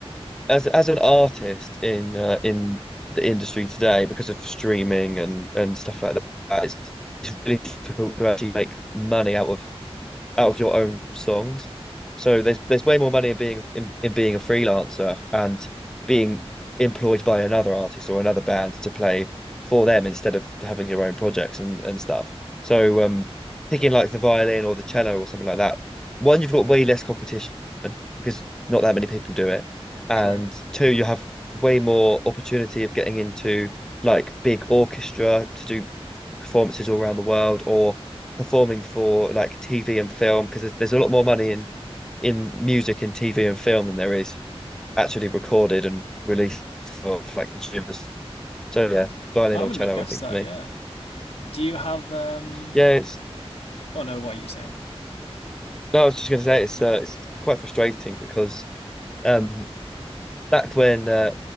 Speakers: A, in the centre; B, on the left.
A: as as an artist in uh, in the industry today because of streaming and and stuff like that, it's, it's really difficult to actually make money out of out of your own songs. So there's there's way more money in being in, in being a freelancer and being employed by another artist or another band to play for them instead of having your own projects and, and stuff. So um picking like the violin or the cello or something like that, one, you've got way less competition because not that many people do it. And
B: True.
A: two, you have way more opportunity of getting into like big orchestra to do performances all around the world or performing for like TV and film because there's, there's a lot more money in in music and TV and film than there is actually recorded and released for, for like consumers. So yeah,
B: I
A: violin
B: I
A: or
B: wouldn't
A: cello,
B: have guessed
A: I think
B: that,
A: for me.
B: yeah. Do you have um
A: Yeah, it's
B: oh no, what are you saying?
A: no, I was just going to say it's uh, it's quite frustrating because um back when uh,